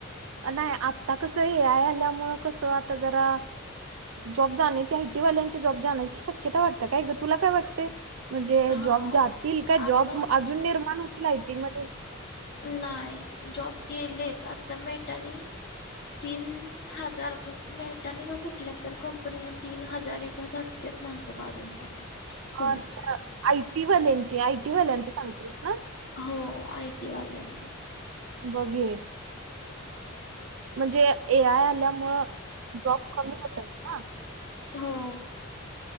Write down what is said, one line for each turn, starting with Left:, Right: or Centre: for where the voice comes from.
Right: नाही आता कसं ए आय आल्यामुळे कसं आता जरा जॉब जाण्याची आयटी वाल्यांची जॉब जाण्याची शक्यता वाटते काय तुला काय वाटते म्हणजे
Left: हा
Right: जॉब जातील का
Left: अगं
Right: जॉब अजून निर्माण हो लाईटिंग मध्ये
Left: नाही जॉब गेलेत आता मेळटनी तीन हजार मेळटनी का कुठल्या तर कंपनी तीन हजार एटक्यात माणसं काढून टाकली पुण्यात
Right: अ आयटी वाल्यांची आयटी वाल्यांची सांगतेस ना
Left: हो आयटी वाल्यांनी
Right: बघे म्हणजे ए आय आल्यामुळं जॉब कमी होतात ना
Left: हो